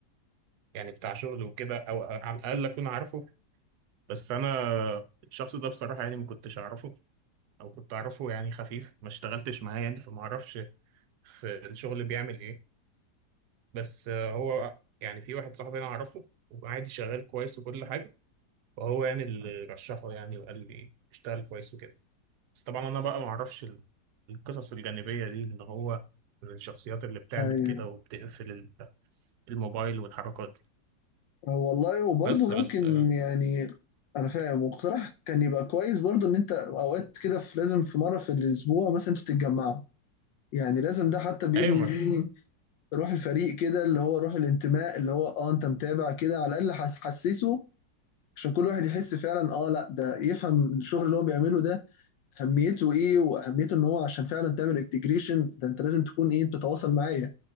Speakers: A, on the right; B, on the left.
A: يعني بتاع شغل وكده او على الاقل اكون عارفه بس انا الشخص ده بصراحه يعني ما كنتش اعرفه او كنت اعرفه يعني خفيف ما اشتغلتش معاه يعني فما اعرفش في الشغل بيعمل ايه بس آه، هو يعني في واحد صاحبي انا اعرفه وعادي شغال كويس وكل حاجه فهو يعني اللي رشحه يعني وقال لي اشتغل كويس وكده بس طبعا انا بقى ما اعرفش ال- القصص الجانبيه دي اللي هو الشخصيات اللي بتعمل
B: ايوه
A: كده وبتقفل ال- الموبايل والحركات دي
B: آه، والله وبرضه
A: بس
B: ممكن
A: بس آه،
B: يعني انا فاهم واقتراح كان يبقى كويس برضه ان انت اوقات كده في لازم في مره في الاسبوع مثلا انتوا تتجمعوا يعني لازم ده حتى بيبني
A: ايوه ما
B: بيه روح الفريق كده اللي هو روح الانتماء اللي هو اه انت متابع كده على الاقل حس- حسسه عشان كل واحد يحس فعلا اه لا ده يفهم الشغل اللي هو بيعمله ده اهميته ايه واهميه ان هو عشان فعلا تعمل انتجريشن ده انت لازم تكون ايه بتتواصل معايا